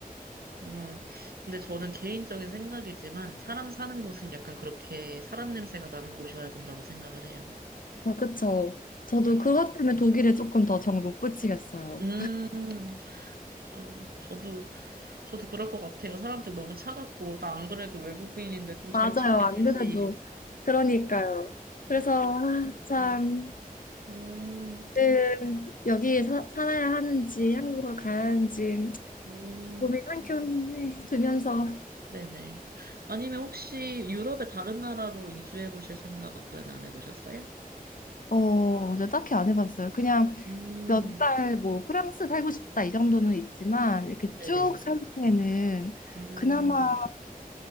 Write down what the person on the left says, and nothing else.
아, 그쵸. 저도
그것 때문에 독일에 조금 더 정을 못 붙이겠어요.
맞아요,
안 그래도. 그러니까요. 그래서, 아, 참,
늘 여기에 사, 살아야 하는지, 한국으로 가야 하는지,
고민 한켠에 두면서.
어, 저 딱히 안 해봤어요. 그냥
몇 달 뭐 프랑스 살고 싶다 이 정도는 있지만 이렇게
쭉 살기에는
그나마